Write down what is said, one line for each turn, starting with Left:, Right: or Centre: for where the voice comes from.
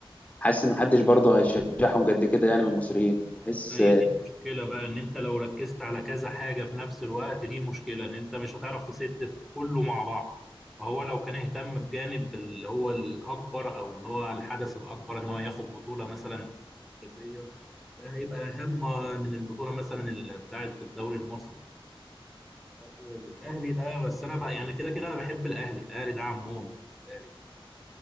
Left: حاسس ان محدش برضه هيشجعهم قد كده يعني من المصريين بحس
Centre: هي دي المشكله بقى ان انت لو ركزت على كذا حاجه في نفس الوقت دي مشكله ان انت مش هتعرف تسد في كله مع بعض فهو لو كان اهتم بجانب اللي هو الاكبر او ان هو الحدث الاكبر ان هو ياخد بطوله مثلا الأفريقية ده هيبقى أهم من البطولة مثلا ال- بتاعة الدوري المصري برضه الأهلي ده بس أنا بقى يعني كده كده أنا بحب الأهلي الأهلي ده عمهم بالنسبة لي